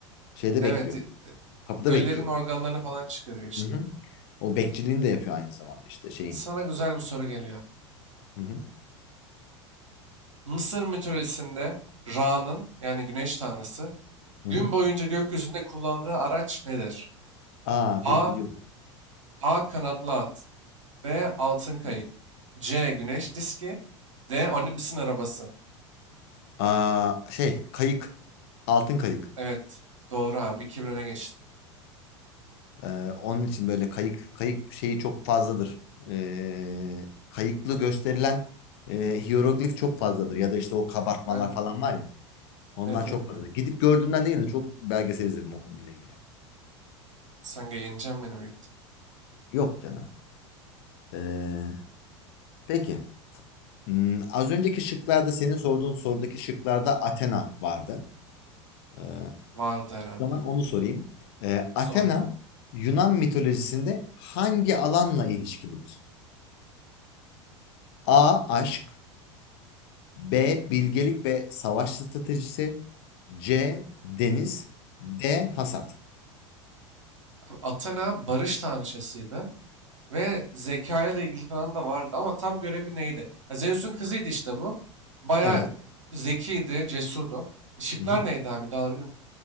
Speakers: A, on the left; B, on the right.
A: Şeyde
B: Evet.
A: bekliyor.
B: e,
A: Kapıda
B: Ölülerin
A: bekliyor.
B: organlarını falan çıkarıyor işte.
A: Hı hı. O bekçiliğini de yapıyor aynı zamanda işte şeyin.
B: Sana güzel bir soru geliyor.
A: Hı hı.
B: Mısır mitolojisinde Ra'nın yani güneş tanrısı
A: Hı hı.
B: gün boyunca gökyüzünde kullandığı araç nedir?
A: Aa dur
B: A.
A: biliyorum.
B: A. Kanatlı at. B. Altın kayık.
A: Değil.
B: C. Güneş diski. D. Anubis'in arabası.
A: Aa şey kayık. Altın kayık.
B: Evet. Doğru abi. 2-1 öne geçtin.
A: Ee, onun için böyle kayık kayık şeyi çok fazladır. Ee, kayıklı gösterilen e, hiyeroglif çok fazladır. Ya da işte o kabartmalar
B: Aynen.
A: falan var ya. Onlar
B: Evet
A: çok
B: evet biliyorum.
A: fazladır. Gidip gördüğümden değil de çok belgesel izledim o konuyla ilgili.
B: Sen yeneceksin beni büyük ihtimal.
A: Yok canım. Ee, peki. Hmm, az önceki şıklarda senin sorduğun sorudaki şıklarda Athena vardı. Ee, o
B: Vardı herhalde.
A: zaman onu sorayım. Ee, Athena
B: Sordular.
A: Yunan mitolojisinde hangi alanla ilişkilidir? A. Aşk B. Bilgelik ve savaş stratejisi C. Deniz D. Hasat
B: Abi Athena barış tanrıçasıydı ve zekayla da ilgili falan da vardı ama tam görevi neydi? Ha, Zeus'un kızıydı işte bu. Bayağı
A: Evet.
B: zekiydi, cesurdu. Işıklar
A: Hı hı.
B: neydi abi? Bir daha alabilir miyim?